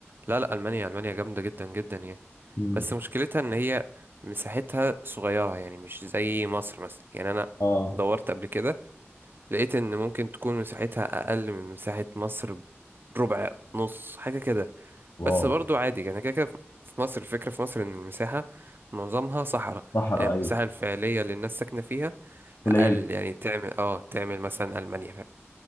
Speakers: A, on the right; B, on the left.
A: لا لا ألمانيا ألمانيا جامدة جدا جدا يعني
B: مم.
A: بس مشكلتها إن هي مساحتها صغيرة يعني مش زي مصر مثلا يعني أنا
B: اه
A: دورت قبل كده لقيت إن ممكن تكون مساحتها أقل من مساحة مصر ربع نص حاجة كده بس
B: واو
A: برضو عادي يعني كده كده في مصر الفكرة في مصر إن المساحة معظمها صحراء
B: صحراء
A: يعني
B: ايوه
A: المساحة الفعلية اللي الناس ساكنة فيها
B: قليل
A: أقل يعني تعمل اه تعمل مثلا ألمانيا